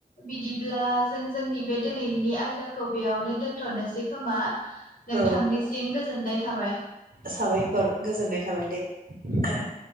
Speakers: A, on the left; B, on the right.
A: बिदिब्ला जों जोंनि बे दोनैनि आयदाखौ बेयावनो दोनथ'नोसै खोमा? नोंथांनिसिम
B: औ
A: गोसो गोजोननाय थाबाय ।
B: साबायखर गोजोननाय थाबाय दे ।